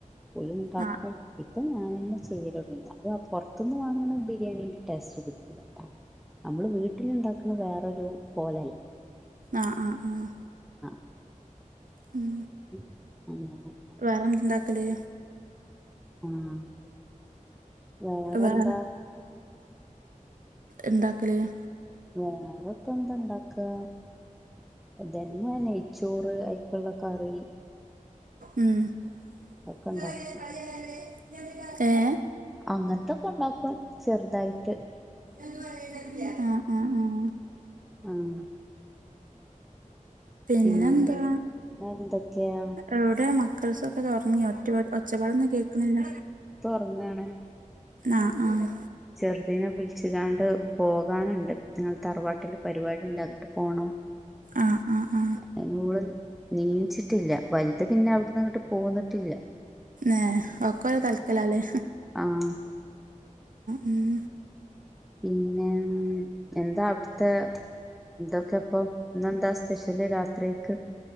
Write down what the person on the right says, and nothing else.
ആ ആ
ആഹ് ആഹ് ആഹ്
ഉം
വേറെ എന്തുണ്ടാക്കല്?
വേറെ ഉണ്ടാക്കല്
ഉം <unintelligible>
ഏഹ്
ആഹ്! ആഹ്! ആഹ്!
പിന്നെന്താ
ഇവിടെ മക്കൾസൊക്കെ ഉറങ്ങി ഒറ്റ- ഒച്ചയും ബഹളവും കേൾക്കണില്ല
ആഹ്! ആഹ്!
ആ ആ ആ
ഏഹ് ഒക്കല താൽക്കലല്ലേ
ഉം.